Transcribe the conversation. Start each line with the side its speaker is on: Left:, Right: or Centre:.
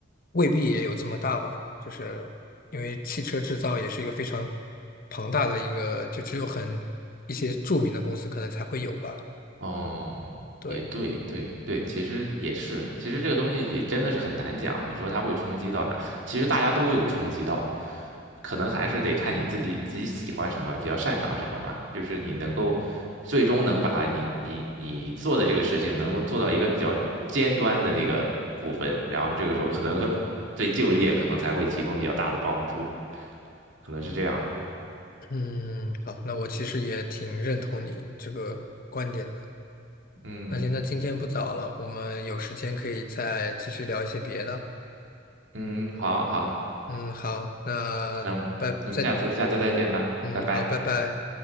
Left: 未必也有这么大吧，就是因为汽车制造也是一个非常庞大的一个，就只有很一些著名的公司可能才会有吧，
Right: 哦，
Left: 对。
Right: 也对，对对，其实也是，其实这个东西也真的是很难讲。你说它会冲击到哪？其实大家都有冲击到，可能还是得看你自己自己喜欢什么，比较擅长什么吧。就是你能够最终能把你你你做的这个事情能够做到一个比较尖端的那个部分，然后这个时候可能和对就业可能才会提供比较大的帮助，可能是这样。
Left: 嗯，好，那我其实也挺认同你这个观点的。
Right: 嗯
Left: 那行，那今天不早了，我们有时间可以再继续聊一些别的。
Right: 嗯，好好，
Left: 嗯，好，那拜，
Right: 那我们那我们下次下次再见吧，
Left: 再，嗯，
Right: 拜拜。
Left: 好，拜拜。